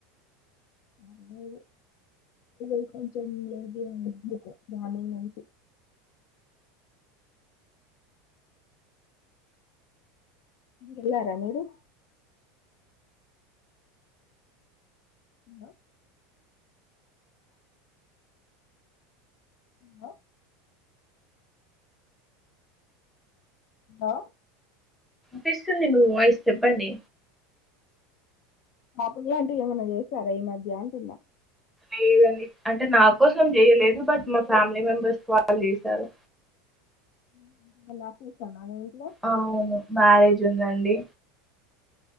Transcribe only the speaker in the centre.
పిస్తుంది మీ వాయిస్ చెప్పండి
లేదండి అంటే నా కోసం చేయలేదు బట్ మా ఫ్యామిలీ మెంబర్స్ వాళ్ళు చేశారు
అ అవును మ్యారేజ్ ఉందండి